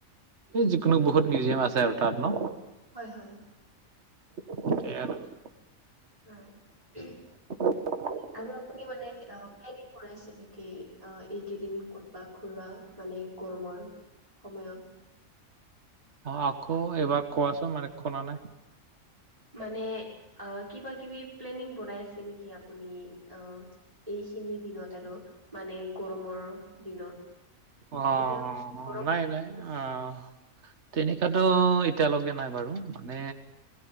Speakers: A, on the right (about 55°); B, on the right (about 25°).
A: এই যিকোনো বহুত মিউজিয়াম আছে আৰু তাত ন।
B: হয় হয়।
A: আৰু। <inaudible>
B: হয়। <unintelligible>
A: হয়। <unintelligible>
B: আৰু আপুনি মানে প্লেনিং কৰাইছে নেকি এইকেইদিন ক'তবা ঘোৱা মানে গৰমৰ সময়ত।
A: অঁ আকৌ এবাৰ কোৱাচোন মানে শুনা নাই।
B: মানে কিবা কিবি প্লেনিং বনাই আছে নেকি আপুনি অ'। এইখিনি দিনত আৰু মানে গৰমৰ দিনত।
A: অ
B: এতিয়া মানে গৰম
A: নাই
B: হৈ আছে
A: নাই
B: ন।
A: অ'। তেনেকাতো এতিয়ালৈকে নাই বাৰু মানে